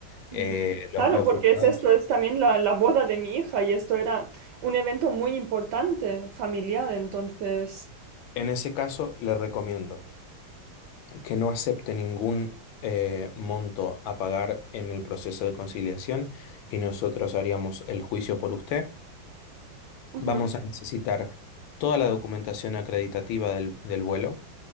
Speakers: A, on the left; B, on the right.
A: Eh,
B: Ujú.
A: lo-
B: Claro,
A: los
B: porque
A: juzgados,
B: es esto, es también la, la boda de mi hija y esto era un evento muy importante, familiar, entonces...
A: en ese caso, le recomiendo que no acepte ningún eh, monto a pagar en el proceso de conciliación y nosotros haríamos el juicio por usted.
B: Ujú.
A: Vamos a necesitar toda la documentación acreditativa del, del vuelo,